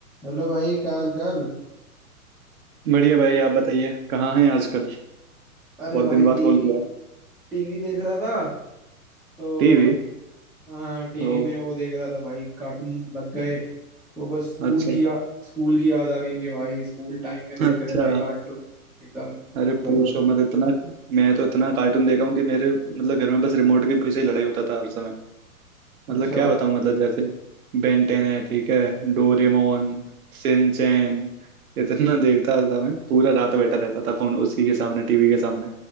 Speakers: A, in the centre; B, on the right.
A: Hello भाई क्या हाल चाल
B: बढ़िया भाई आप बताइए कहाँ हैं आजकल
A: अरे
B: बहुत
A: भाई
B: दिन बाद
A: टीवी
B: कॉल किया है
A: टीवी देख रहा था तो
B: टीवी
A: हाँ टीवी
B: ओ
A: में वो देख रहा था भाई कार्टून लग गए तो बस स्कूल
B: अच्छा
A: की या, स्कूल की याद आ गई कि भाई स्कूल टाइम में देखते
B: अच्छा
A: थे भाई कार्टून एकदम
B: अरे
A: गजब
B: पूछो मत इतना मैं तो इतना कार्टून देखा हूँ कि मेरे मतलब घर में बस रिमोट के पीछे ही लड़ाई होता था हर समय
A: अच्छा
B: मतलब क्या बताऊँ मतलब जैसे बेन टेन है ठीक है डोरेमोन सिंचैन इतना <laughs> देखता था मैं पूरा रात बैठा रहता था फोन उसी के सामने टीवी के सामने